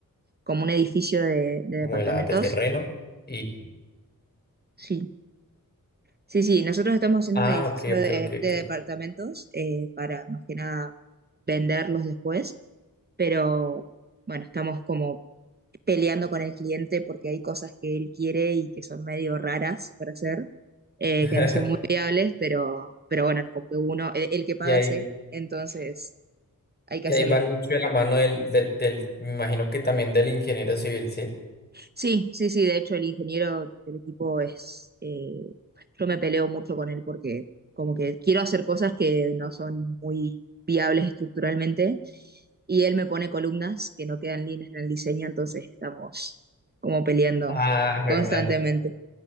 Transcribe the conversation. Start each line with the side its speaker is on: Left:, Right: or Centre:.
Right: como un edificio de, de
Left: como
Right: departamentos.
Left: de la, del terreno. Y,
Right: Sí, sí, sí, nosotros estamos haciendo
Left: ah,
Right: un edificio
Left: ok, ok,
Right: de,
Left: ok,
Right: de
Left: ok.
Right: departamentos eh, para más que nada venderlos después, pero bueno, estamos como peleando con el cliente porque hay cosas que él quiere y que son medio raras para hacer, eh,
Left: <laughs>
Right: que no son muy viables, pero, pero bueno, como que uno, el, el que paga
Left: Y ahí,
Right: es él, entonces hay que
Left: y
Right: hacerle
Left: ahí van mucho de la mano del, del, del, me imagino que también del ingeniero civil, ¿sí?
Right: Sí, sí, sí, de hecho el ingeniero del equipo es, eh, yo me peleo mucho con él porque como que quiero hacer cosas que no son muy viables estructuralmente y él me pone columnas que no quedan líneas en el diseño, entonces estamos como peleando
Left: Ah, re
Right: constantemente.
Left: madre.